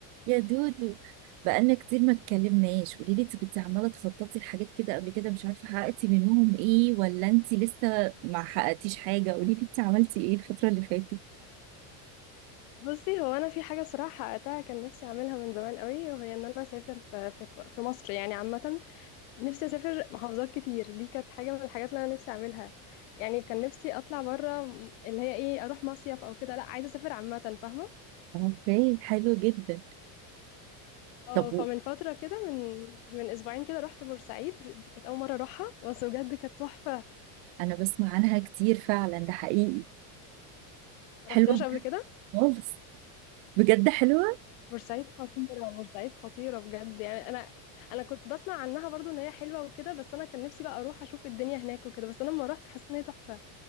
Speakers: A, on the right (about 40°); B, on the left (about 60°).
A: يا دودو بقالنا كتير ما اتكلمناش قولي لي انت كنت عماله تخططي لحاجات كده قبل كده مش عارفه حققتي منهم ايه ولا انت لسه ما حققتيش حاجه قولي لي انت عملتي ايه الفتره اللي فاتت
B: بصي هو انا في حاجه صراحه حققتها كان نفسي اعملها من زمان قوي وهي ان انا اسافر في في ق- في مصر يعني عامه نفسي اسافر محافظات كتير دي كانت حاجه من الحاجات اللي انا نفسي اعملها يعني كان نفسي اطلع بره م- اللي هي ايه اروح مصيف او كده لا عايزه اسافر عامه فاهمه
A: اوكي حلو جدا
B: اه
A: طب
B: فمن
A: و-
B: فتره كده من من اسبوعين كده رحت بورسعيد دي كانت اول مره اروحها بس بجد كانت تحفه
A: انا بسمع عنها كتير فعلا ده حقيقي
B: ما
A: حلوه
B: رحتيهاش
A: بجد
B: قبل كده
A: خالص بجد حلوه
B: بورسعيد خطيرة بورسعيد خطيرة بجد يعني انا انا كنت بسمع عنها برضو ان هي حلوة وكده بس انا كان نفسي بقى اروح اشوف الدنيا هناك وكده بس انا لما رحت حسيت ان هي تحفة